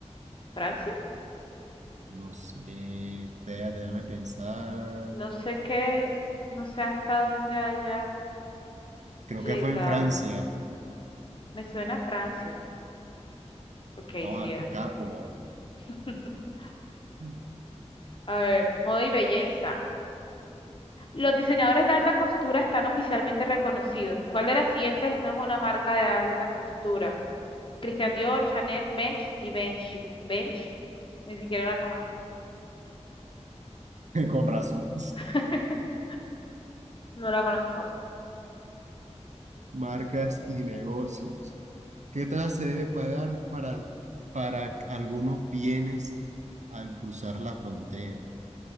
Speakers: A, on the left; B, on the right.
A: ¿Francia?
B: No sé, vea, déjame pensar.
A: No sé qué, no sé hasta dónde haya
B: Creo
A: llegado.
B: que fue en Francia.
A: Me suena a Francia. Ok,
B: Ah,
A: sí era.
B: qué capo, va.
A: <laughs>
B: <laughs>
A: A ver, moda y belleza. Los diseñadores de alta costura están oficialmente reconocidos. ¿Cuál de las siguientes no es una marca de alta costura? Christian Dior, Chanel, Bench, Givenchy. Bench, ni siquiera la conozco.
B: Con razón.
A: <laughs> No la conozco.
B: Marcas y negocios. ¿Qué tasa se debe pagar para, para algunos bienes al cruzar la frontera?